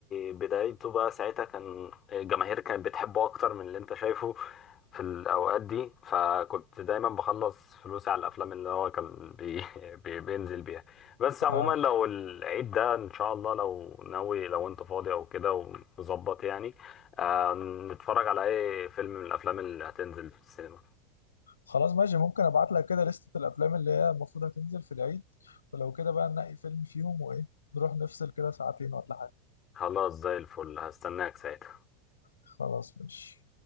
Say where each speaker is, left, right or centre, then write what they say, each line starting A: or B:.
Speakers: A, on the left (about 30°); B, on the left (about 75°).
A: بدايته بقى ساعتها كان الجماهير كانت بتحبه اكتر من اللي انت شايفه في الاوقات دي فكنت دايما بخلص فلوسي على الافلام اللي هو كان بي <laughs> بي بينزل بيها بس عموما
B: آه
A: لو العيد ده ان شاء الله لو ناوي لو انت فاضي او كده ومظبط يعني آه، نتفرج على اي فيلم من الافلام اللي هتنزل في السينما
B: خلاص ماشي ممكن ابعت لك كده لستة الافلام اللي هي المفروض هتنزل في العيد ولو كده بقى ننقي فيلم فيهم وايه نروح نفصل كده ساعتين ولا حاجه
A: خلاص زي الفل هستناك ساعتها
B: خلاص ماشي